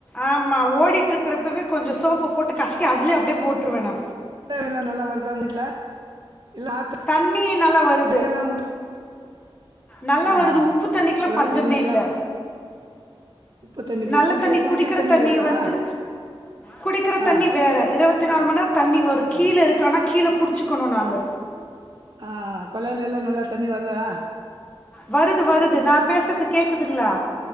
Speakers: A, on the left; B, on the right.
A: ஆமா ஓடிட்ருக்கிறப்பவே கொஞ்சோ சோப்பு போட்டு கசக்கி அதுலே அப்படியே போட்ருவே நா
B: <unintelligible> ல்லா நல்லா வருதா உங்க வீட்ல இல்ல ஆத்து
A: தண்ணி நல்லா வருது
B: தண்ணி எல்லா உங்க வீட்
A: நல்லா
B: ஆ ஆ
A: வருது உப்பு தண்ணிக்கில்லா
B: குழாய்
A: பஞ்சமே
B: தண்ணி எல்லா
A: இல்ல
B: உப்பு தண்ணிக்கு
A: நல்ல
B: குடி
A: தண்ணி குடிக்கிற தண்ணி
B: வேறவா
A: வந்து குடிக்கிற தண்ணி
B: ஆ
A: வேற இரவத்தி நாலு மண் நேர் தண்ணி வரும்
B: ஆ
A: கீழ இருக்கனா கீழ புடிச்சுக்கணு நாங்க
B: ஆ கொழய்லல்லா நல்லா தண்ணி வருதா
A: வருது வருது நா பேசுறது கேக்குதுங்ளா